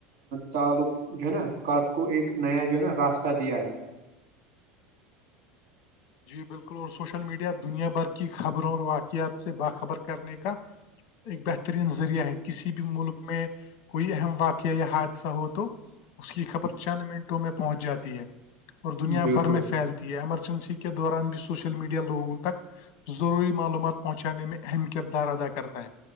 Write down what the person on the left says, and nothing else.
جی بالکل اور سوشل میڈیا دنیا بھر کی خبروں اور واقعات سے باخبر کرنے کا ایک بہترین ذریعہ ہے کسی بھی ملک میں کوئی اہم واقعہ یا حادثہ ہو تو اس کی خبر چند منٹوں میں پہنچ جاتی ہے اور دنیا
بھر میں پھیلتی ہے ایمرجنسی کی کے دوران بھی سوشل میڈیا لوگوں تک ضروری معلومات پہنچانے میں اہم کردار ادا کرتا ہے